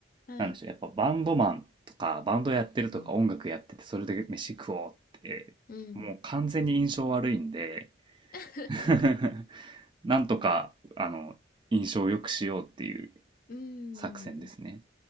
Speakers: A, on the left; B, on the right.
A: はい。
B: なんでしょう。やっぱバンドマンとか、バンドやってるとか、
A: うん、
B: 音楽やってて、それで飯食おうって、
A: うん。
B: もう完全に印象悪いんで、
A: <laughs>
B: <laughs> なんとか、あの、印象を良くしようっていう
A: うー
B: 作戦ですね。
A: ん。